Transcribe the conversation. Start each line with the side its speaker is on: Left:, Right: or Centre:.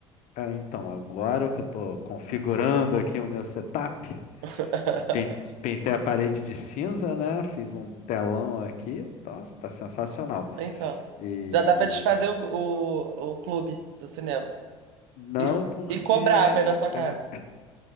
Left: é, então, agora que eu tô configurando aqui o meu setup,
Right: <laughs>
Left: eu pen- pintei a parede de cinza, né? Fiz um telão aqui. Nossa, tá sensacional.
Right: Então,
Left: E
Right: já dá pra desfazer o, o, o clube do cinema.
Left: não
Right: E, f-
Left: porque.
Right: e cobrar
Left: É,
Right: pra ir na sua casa,